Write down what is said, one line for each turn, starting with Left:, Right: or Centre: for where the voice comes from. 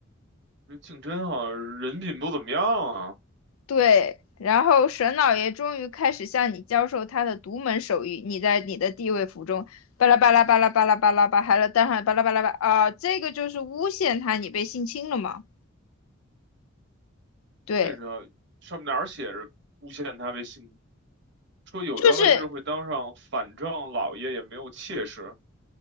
Right: 这静争好像人品不怎么样啊。
Left: 对。然后沈老爷终于开始向你教授他的独门手艺，你在你的地位府中，巴拉巴拉巴拉巴拉巴拉巴，还有当然巴拉巴拉巴啊，这个就是诬陷他你被性侵了嘛？对，
Right: 这个上面哪儿写着诬陷他被性，说有朝一日会当上反正老爷，
Left: 就是
Right: 也没有妾室。